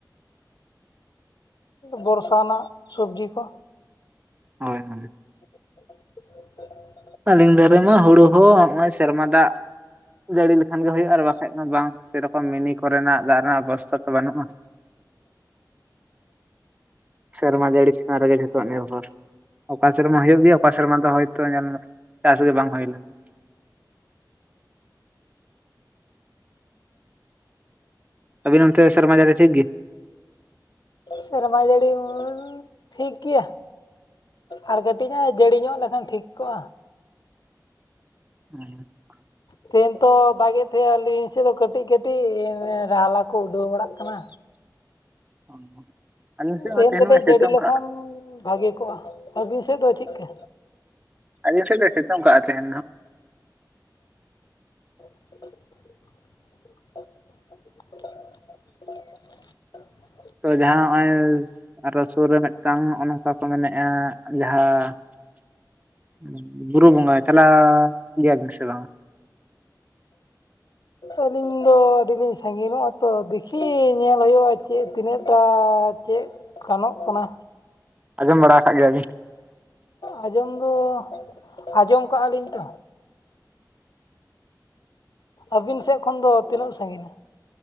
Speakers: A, on the left (about 70°); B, on the right (about 20°).
A: ᱵᱚᱨᱥᱟ ᱱᱟᱜ ᱥᱚᱵᱽᱡᱤ ᱠᱚ
B: ᱦᱳᱭ ᱦᱳᱭ
A: <unintelligible>
B: ᱟᱹᱞᱤᱧ ᱫᱷᱟᱨᱮ ᱢᱟ ᱦᱳᱲᱳ ᱦᱚᱸ ᱦᱚᱜᱼᱚᱭ ᱥᱮᱨᱢᱟ ᱫᱟᱜ ᱡᱟᱹᱲᱤ ᱞᱮᱠᱷᱟᱱ ᱜᱮ ᱦᱳᱭᱳᱜᱼᱟ ᱟᱨ ᱵᱟᱠᱷᱟᱡ ᱢᱟ ᱵᱟᱝ ᱥᱮᱨᱚᱠᱚᱢ ᱢᱤᱱᱤ ᱠᱚᱨᱮᱱᱟᱜ ᱫᱟᱜ ᱨᱮᱱᱟᱜ ᱵᱮᱵᱚᱥᱛᱟ ᱠᱚ ᱵᱟᱱᱩᱜᱼᱟ ᱥᱮᱨᱢᱟ ᱡᱟᱹᱲᱤ ᱪᱮᱛᱟᱱ ᱨᱮᱜᱮ ᱡᱷᱚᱛᱚᱣᱟᱜ ᱱᱤᱨᱵᱷᱚᱨ ᱚᱠᱟ ᱥᱮᱨᱢᱟ ᱦᱩᱭᱩᱜ ᱜᱮᱭᱟ ᱚᱠᱟ ᱥᱮᱨ ᱢᱟ ᱫᱚ ᱦᱚᱭᱛᱳ ᱧᱮᱞ ᱢᱮ ᱪᱟᱥ ᱜᱮ ᱵᱟᱝ ᱦᱩᱭ ᱞᱮᱱᱟ ᱟᱵᱤᱱ ᱚᱱᱛᱮ ᱥᱟᱨᱢᱟ ᱡᱟᱹᱲᱤ ᱴᱷᱤᱠ ᱜᱮ
A: ᱥᱮᱨᱢᱟ ᱡᱟᱹᱲᱤ ᱴᱷᱤᱠ ᱜᱮᱭᱟ ᱟᱨ ᱠᱟᱹᱴᱤᱡ ᱧᱚᱜ ᱡᱟᱹᱲᱤ ᱧᱚᱜ ᱞᱮᱠᱷᱟᱱ ᱴᱷᱤᱠ ᱠᱚᱜᱼᱟ
B: <inaudible>
A: ᱛᱮᱦᱮᱧ ᱛᱚ ᱫᱟᱜᱮᱫ ᱛᱟᱦᱮᱸᱱᱟ ᱟᱹᱞᱤᱧ ᱥᱮᱫ ᱫᱚ ᱠᱟᱹᱴᱤᱡ ᱠᱟᱹᱴᱤᱡ ᱨᱟᱦᱟᱞᱟ ᱠᱚ ᱩᱰᱟᱹᱣ ᱵᱟᱲᱟᱜ ᱠᱟᱱᱟ
B: <inaudible> <inaudible> ᱥᱮᱫ
A: ᱛᱮᱦᱮᱱ
B: ᱦᱚᱸ ᱛᱮᱦᱮᱧ
A: ᱠᱟᱴᱤᱡ
B: ᱢᱟᱭ ᱥᱤᱛᱩᱝ
A: ᱡᱟᱹᱲᱤ ᱞᱮᱠᱷᱟᱱ
B: ᱠᱟᱜ
A: ᱵᱷᱟᱹᱜᱮ ᱠᱚᱜᱼᱟ ᱟᱹᱵᱤᱱ ᱥᱮᱫ ᱫᱚ ᱪᱮᱫᱠᱟ
B: ᱟᱞᱤᱧ ᱥᱮᱫ ᱫᱚ ᱥᱤᱛᱩᱝ ᱠᱟ-ᱟ ᱛᱮᱦᱮᱧ ᱫᱚ
A: <inaudible>
B: ᱛᱚ ᱡᱟᱦᱟᱸ ᱱᱚᱜᱼᱭ ᱟᱨᱚ ᱥᱩᱨ ᱨᱮ ᱢᱤᱫᱴᱟᱝ ᱱᱚᱝᱠᱟ ᱠᱚ ᱢᱮᱱᱮᱫᱼᱟ ᱡᱟᱦᱟᱸ ᱵᱩᱨᱩ ᱵᱚᱸᱜᱟᱭ ᱪᱟᱞᱟᱜ ᱜᱮᱭᱟ ᱵᱤᱱ ᱥᱮ ᱵᱟᱝᱟ
A: ᱟᱹᱞᱤᱧ ᱫᱚ ᱟᱹᱰᱤ ᱞᱤᱧ ᱥᱟᱺᱜᱤ ᱧᱚᱜᱼᱟ ᱛᱚ ᱫᱮᱠᱷᱤ ᱧᱮᱞ ᱦᱩᱭᱩᱜᱼᱟ ᱪᱮᱫ ᱛᱤᱱᱟᱹᱜᱴᱟ ᱪᱮᱫ ᱜᱟᱱᱚᱜ ᱠᱟᱱᱟ
B: ᱟᱸᱡᱚᱢ ᱵᱟᱲᱟ ᱠᱟᱫ ᱜᱮᱭᱟᱵᱤᱱ
A: ᱟᱸᱡᱚᱢ ᱫᱚ ᱟᱸᱡᱚᱢ ᱠᱟᱜᱼᱟ ᱞᱤᱧ ᱛᱚ ᱟᱹᱵᱤᱱ ᱥᱮᱫ ᱠᱷᱚᱱ ᱫᱚ ᱛᱤᱱᱟᱹᱜ ᱥᱟᱺᱜᱤᱧᱟ